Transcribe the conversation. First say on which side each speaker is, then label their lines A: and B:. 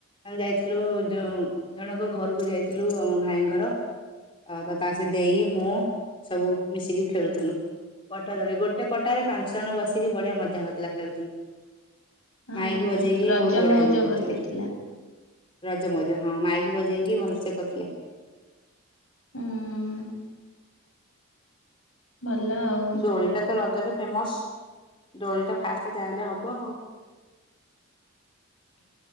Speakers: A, on the left; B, on the left.
A: ଆମେ ଯାଇଥିଲୁ ଯୋଉ ଜଣଙ୍କ ଘରୁକୁ ଯାଇଥିଲୁ ଆମ ଭାଇ ଘର। ଅ, ତ ତା ସେ ଦେଇ, ମୁଁ ସବୁ ମିଶିକି ଖେଳୁଥିଲୁ। ପଟା ଦୋଳି, ଗୋଟେ ପଟାରେ ପାଞ୍ଚ ଜଣ ବସିକି ବଢିଆ ମଜା ହୋଉଥିଲା ଖେଳୁଥିଲୁ।
B: ହଁ
A: ମାଇକ୍ କି ବଜେଇକି
B: ରଜ
A: ବହୁତ ବଢିଆ
B: ମଉଜ
A: ଉଁ, କରଥିଲେ।
B: ବୋଧେ ଥିଲା
A: ରଜ ମୋଉଜ, ହଁ ମାଇକି ବଜେଇକି ଭଲସେ କରିଥିଲେ।
B: ଅଁ, ଭଲ ଆଉ।
A: ଦୋଳିଟା ତ ରଜରେ ଫେମସ୍। ଦୋଳି ଟା ଫାଷ୍ଟ ଯାହେଲେ ହବ ଆଉ।
B: ହ <inaudible>